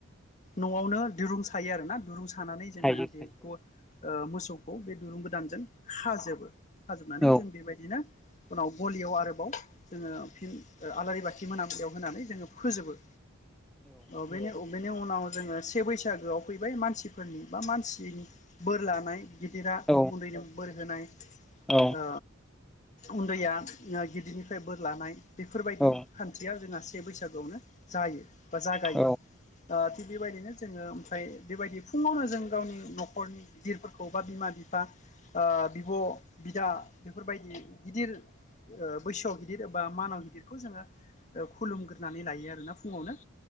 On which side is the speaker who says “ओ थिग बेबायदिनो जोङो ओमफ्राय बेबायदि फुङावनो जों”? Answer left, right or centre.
Left